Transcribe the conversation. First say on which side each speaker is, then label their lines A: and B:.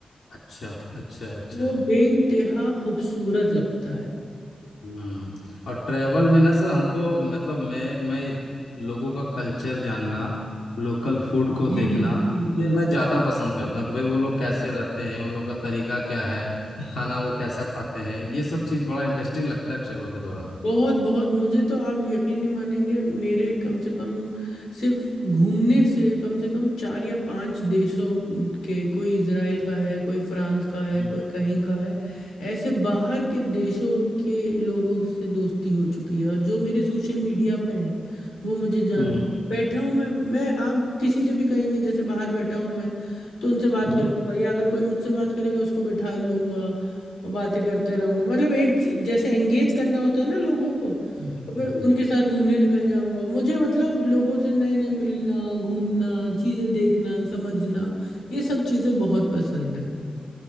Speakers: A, on the left; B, on the left.
A: अच्छा अच्छा अच्छा
B: वो बेइंतहा खूबसूरत लगता है
A: हम्म और ट्रैवल में ना सर हमको मतलब मैं मैं लोगों का कल्चर जानना लोकल फूड को
B: जी
A: देखना
B: जी जी
A: ये मैं ज्यादा पसंद करता हूँ कि भाई वो लोग कैसे रहते हैं उन लोग का तरीका क्या है
B: हाँ
A: खाना वो कैसा खाते हैं ये सब चीज बड़ा इंटरेस्टिंग लगता है ट्रैवल के दौरान
B: बहुत बहुत मुझे तो आप यकीन नहीं मानेंगे मेरे कम से कम सिर्फ घूमने से कम से कम चार या पांच देशों के कोई इजराइल का है कोई फ्रांस का है
A: हम्म
B: कोई कहीं का है ऐसे बाहर के देशों के लोगों से दोस्ती हो चुकी है और जो मेरे सोशल मीडिया पे हैं वो मुझे जानते
A: हम्म
B: हैं बैठा हूँ मैं मैं आप किसी से भी कहेंगे जैसे बाहर बैठा हूँ मैं तो उनसे बात
A: हम्म।
B: कर लूंगा या अगर कोई मुझसे बात करेगा उसको बैठा लूंगा और बातें करते रहूंगा मतलब एक च- जैसे एंगेज करना होता है ना लोगों को
A: जी जी
B: और
A: जी
B: फिर
A: जी
B: उनके साथ घूमने निकल जाऊंगा मुझे मतलब लोगों से नए नए मिलना घूमना चीज़ें देखना समझना ये सब चीज़ें बहुत पसंद है